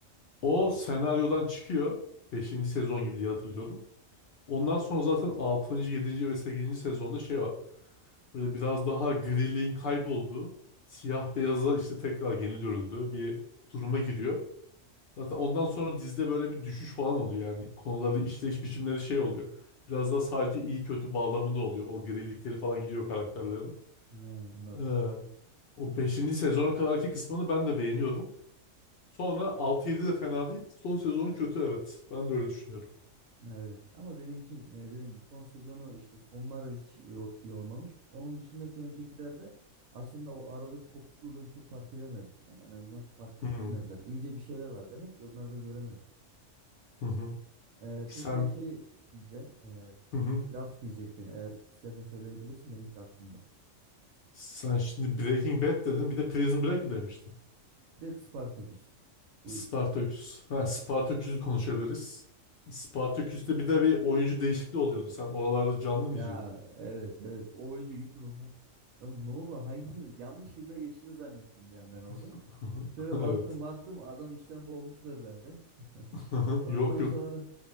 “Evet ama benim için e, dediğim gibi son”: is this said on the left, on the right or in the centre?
Right